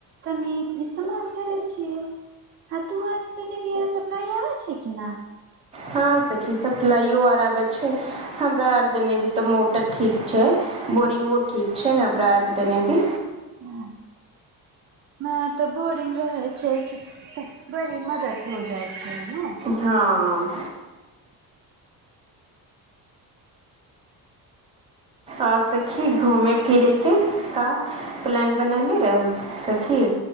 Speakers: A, on the right; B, on the right.
A: तनी इस्तेमाल करै छियै ह तू पी सप्लाइ आ छै कि नहि
B: हँ सखी सप्लाइयो आर आबै छै हमरा आर दिनी तो मोटर ठीक छै बोरिंगो ठीक छै हमरा आरके देने भी
A: ह नहि तऽ बोरिंग रहै छै बरी मदद हो जाइ छै न
B: हँ आओर सखी घूमेै फिरैके का प्लान बनैले रहल सखी